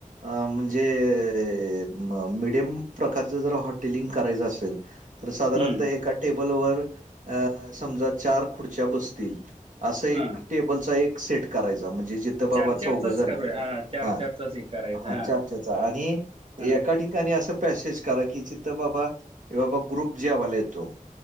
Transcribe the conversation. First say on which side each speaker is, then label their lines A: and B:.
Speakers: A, on the right; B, on the right.
A: अ म्हणजे मीडियम प्रकारच जर हॉटेलिंग करायचं असेल. तर साधारणत
B: हम्म
A: एका टेबलवर अ समजा चार खुर्च्या बसतील. असं एक
B: हा
A: टेबलचा एक सेट करायचा म्हणजे ज बाबा
B: चार
A: चौघजण
B: चारचाच करूया चार
A: हा
B: चारचाच हे करायचं
A: हा चार चचा आणि
B: हा
A: एका ठिकाणी असं पॅसेज करा की चितथ बाबा बाबा ग्रुप जेवायला येतो.